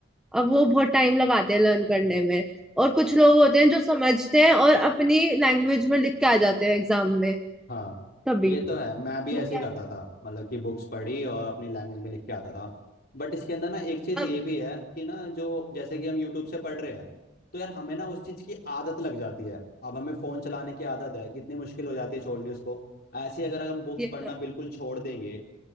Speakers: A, in the centre; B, on the left (about 55°).
A: अब वो बहुत टाइम लगाते हैं लर्न करने में और कुछ लोग होते हैं जो समझते हैं और अपनी लैंग्वेज में लिख के आ जाते हैं एग्जाम में
B: हाँ
A: तभी
B: ये तो है मैं भी
A: वो
B: ऐसे
A: क्या
B: ही करता था मतलब कि बुक्स पढ़ी और अपनी लैंग्वेज में लिख के आता था बट इसके अंदर ना एक चीज़
A: अब
B: ये भी है कि ना जो जैसे कि हम यूट्यूब से पढ़ रहे हैं तो यार हमें ना उस चीज़ की आदत लग जाती है अब हमें फ़ोन चलाने की आदत है कितनी मुश्किल हो जाती है छोड़नी उसको ऐसे ही अगर अगर हम बुक्स
A: ये
B: पढ़ना
A: तो है
B: बिल्कुल छोड़ देंगे